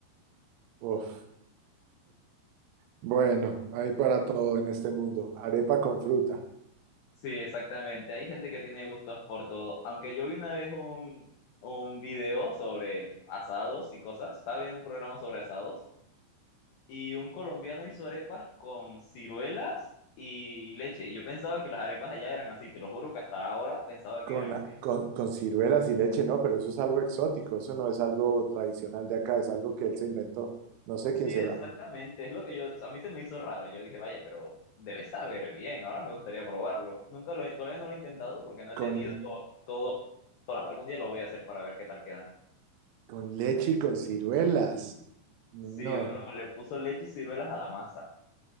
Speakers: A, on the right (about 80°); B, on the left (about 85°).
A: Uf. Bueno, hay para todo en este mundo. Arepa con fruta.
B: Sí, exactamente. Hay gente que tiene gustos por todo. Aunque yo vi una vez un, un video sobre asados y cosas. Estaba viendo un programa sobre asados y un colombiano hizo arepas con ciruelas y leche. Y yo pensaba que las arepas allá eran así. Te lo juro que hasta ahora pensaba
A: Con,
B: que eran así.
A: con, con ciruelas y leche, no, pero eso es algo exótico, eso no es algo tradicional de acá, es algo que él se inventó. No sé
B: Sí,
A: quién será.
B: exactamente. Es lo que yo, a mí se me hizo raro. Yo dije, vaya, pero debes saber bien. Ahora me gustaría probarlo. Nunca lo he, todavía no lo he intentado porque no he
A: Con,
B: tenido todo, todo. Algún día lo voy a hacer para ver qué tal queda.
A: con leche y con ciruelas. No.
B: Sí, bro, le puso leche y ciruelas a la masa